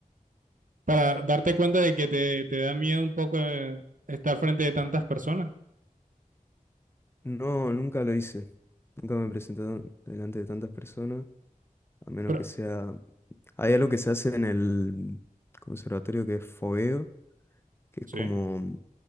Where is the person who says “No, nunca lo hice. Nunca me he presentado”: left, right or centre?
Left